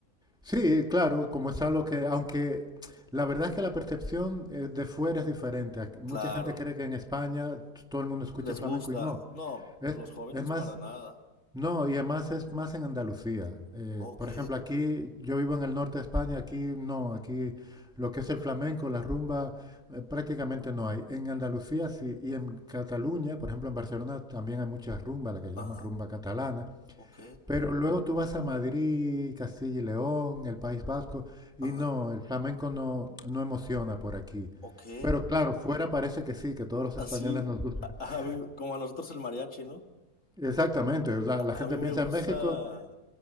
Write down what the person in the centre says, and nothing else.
Sí, claro, como es algo que, aunque la verdad es que la percepción eh, de fuera es diferente. Ac- Mucha
gente cree que en España t- todo el mundo escucha
flamenco
y no.
Es,
es más
No, y además es más en Andalucía. Eh,
por ejemplo, aquí yo vivo en el norte de España, aquí no, aquí lo que es el flamenco, la rumba, eh, prácticamente no hay. En Andalucía sí, y en Cataluña, por ejemplo, en Barcelona también hay muchas rumbas, la que llaman
rumba catalana.
Pero luego tú vas a Madrid, Castilla y León, el País Vasco, y
no, el flamenco no, no emociona por aquí.
Pero claro, fuera parece que sí, que todos los
españoles nos gustan.
<laughs>
Exactamente, la,
la gente
piensa
en México,